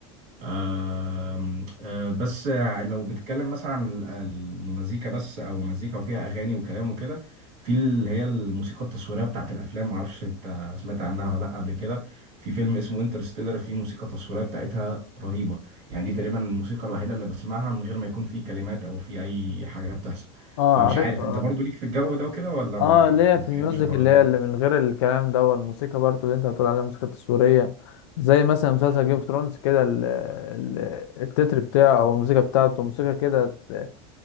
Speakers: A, on the right (about 55°); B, on the left (about 75°).
A: آم، آه، بس لو بتتكلم مثلا عن ال- آه، المزيكا بس او مزيكا وفيها اغاني وكلام وكده في اللي هي الموسيقى التصويريه بتاعت الافلام معرفش انت سمعت عنها ولا لا قبل كده في فيلم اسمه انترستيلر في موسيقى تصويريه بتاعتها رهيبه يعني دي تقريبا الموسيقى الوحيده اللي بسمعها من غير ما يكون في كلمات او في اي حاجه بتحصل
B: <clears throat> اه
A: فمش
B: عارف
A: عارف انت برضو ليك في الجو ده وكده ولا ما
B: اه ليا
A: ما
B: في
A: بتحبش
B: الميوزك
A: الحوارات
B: اللي
A: دي
B: هي اللي من غير الكلام ده والموسيقى برضو اللي انت بتقول عليها الموسيقى التصويرية زي مثلا مسلسل جيم اوف ثرونز كده ال- ال- التتر بتاعه او الموسيقى بتاعته موسيقى كده ت-